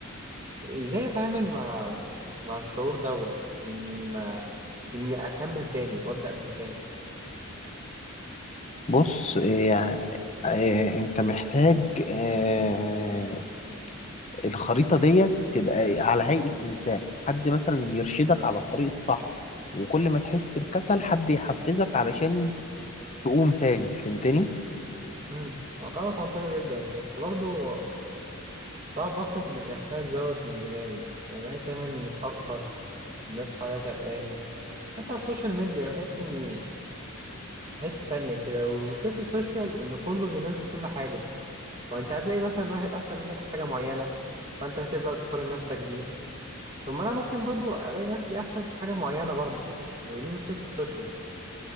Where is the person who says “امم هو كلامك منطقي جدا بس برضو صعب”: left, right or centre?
Right